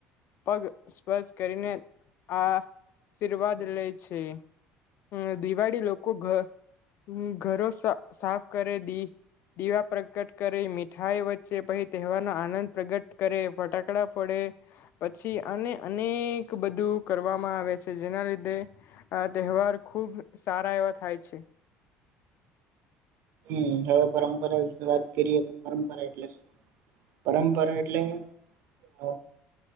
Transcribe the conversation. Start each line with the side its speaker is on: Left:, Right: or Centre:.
Left: પગ સ્પર્શ કરીને આ આશીર્વાદ લે છે દિવાળી લોકો ધ ઘરો સાફ કરે દી દીવા પ્રકટ કરે મીઠાઈ વચ્ચે પછી તહેવારનો આનંદ પ્રગટ કરે ફટાકડા ફોડે પછી અને અનેક બધું કરવામાં આવે છે જેના લીધે આ તહેવાર ખુબ સારા એવા થાય છે.
Right: ઈ હવે પરંપરા વિશે વાત કરીએ તો પરંપરા એટલે શું પરંપરા એટલે અ